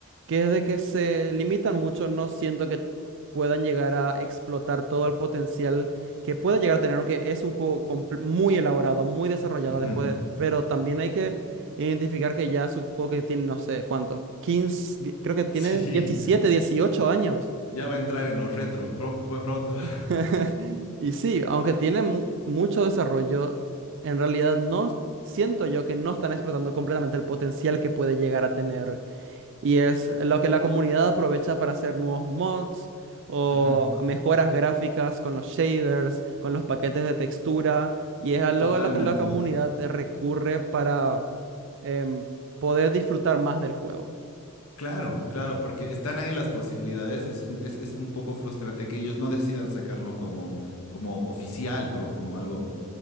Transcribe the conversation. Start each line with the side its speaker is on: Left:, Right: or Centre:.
Right: Que es de que se limitan mucho, no siento que puedan llegar a explotar todo el potencial que puede llegar a tener, aunque es un juego comple- muy elaborado, muy desarrollado
Left: Ujú.
Right: después, de- pero también hay que identificar que ya es un juego que tiene, no sé cuánto, 15, di- creo que tiene
Left: Sí,
Right: 17, 18 años.
Left: ya va a entrar en los retro pro- pro- pronto. <laughs>
Right: <laughs> Y sí, aunque tiene mu- mucho desarrollo, en realidad no siento yo que no están explotando completamente el potencial que puede llegar a tener. Y es lo que la comunidad aprovecha para hacer nuevos mods o
Left: Ujú,
Right: mejoras gráficas con los shaders, con los paquetes de textura. Y es algo
Left: Totalmente.
Right: a lo que la comunidad recurre para em, poder disfrutar más del juego.
Left: Claro, claro, porque están ahí las posibilidades. Es un, es, es un poco frustrante que ellos no decidan sacarlo como, como oficial, ¿no? Como algo